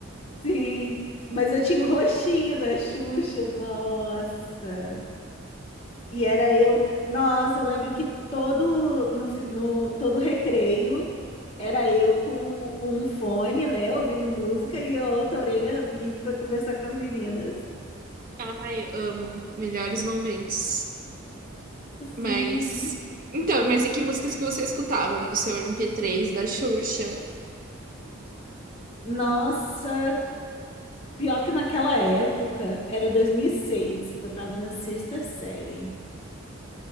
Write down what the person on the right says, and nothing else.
Ai, amo. Melhores momentos. Mas.
Então, mas e que músicas que você escutava no seu mp três da Xuxa?